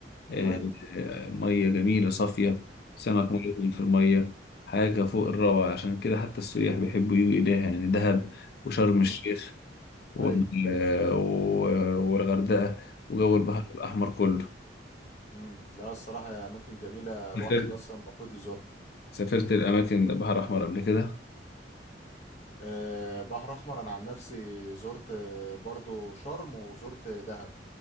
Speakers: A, on the left; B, on the left.
A: آه،
B: حلو
A: آه، مية جميلة صافية سمك
B: مم.
A: ملون في المية حاجة فوق الروعة
B: مم.
A: عشان كده حتى السياح بيحبوا يجوا إليها يعني دهب وشرم
B: مم.
A: الشيخ وال-
B: أي
A: آه، و- والغردقة وجو البحر
B: مم.
A: الأحمر كله
B: مم. لا الصراحة يا أماكن جميلة الواحد
A: سافرت
B: أصلا المفروض يزورها
A: سافرت الأماكن البحر الأحمر قبل كده
B: أه بحر أحمر أنا عن نفسي زرت آه، برضو شرم وزرت دهب